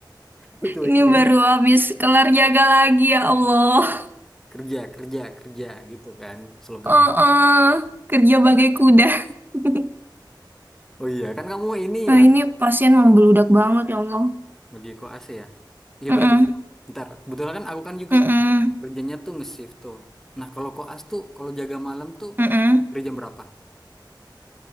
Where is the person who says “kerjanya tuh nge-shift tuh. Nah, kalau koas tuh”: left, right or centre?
Centre